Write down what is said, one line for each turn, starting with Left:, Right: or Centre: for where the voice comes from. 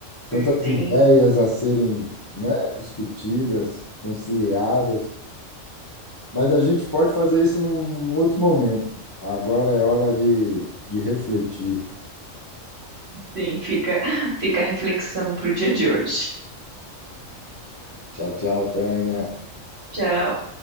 Left: tantas
Right: vertente,
Left: ideias a serem, né, discutidas, conciliadas. Mas a gente pode fazer isso num outro momento. Agora é hora de, de refletir.
Right: sim, fica fica a reflexão para o dia de hoje.
Left: Tchau, tchau, Tânia.
Right: Tchau.